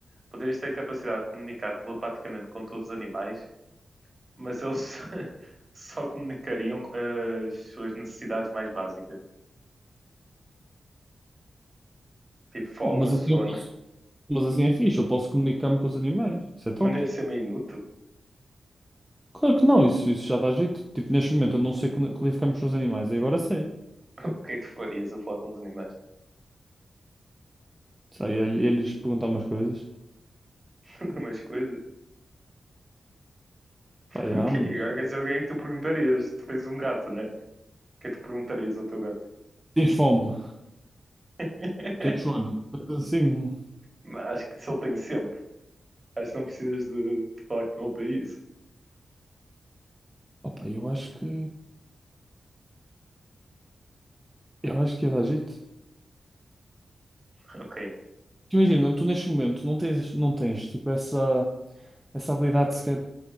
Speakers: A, on the right; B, in the centre.
A: Poderias ter capacidade de comunicar telepaticamente com todos os animais, mas eles <laughs> só comunicariam eh, as suas necessidades mais básicas. Tipo fome,
B: Oh, mas
A: sono.
B: assim eu posso, mas assim é fixe, eu posso comunicar-me com os animais. Isso é top.
A: Mas não ia ser meio inútil.
B: Claro que não, isso, isso já dá jeito. Tipo, neste momento eu não sei quando- qualificar-me com os animais, e agora sei.
A: <laughs> O que é que tu farias a falar com os animais?
B: Sei, eles perguntar umas coisas.
A: <laughs> umas coisas.
B: Pá, já,
A: Ok,
B: mas
A: agora quero saber o que é que tu perguntarias. Tu tens um gato, né? O que é que tu perguntarias ao teu gato?
B: tens fome,
A: <laughs>
B: tens sono. Assim,
A: Mas acho que isso ele tem sempre. Acho que não precisas de, de falar com ele para isso.
B: opa, eu acho que eu acho que ia dar jeito.
A: <laughs> Ok,
B: Tu Imagina, tu neste momento não tens, não tens tipo essa, essa habilidade sequer,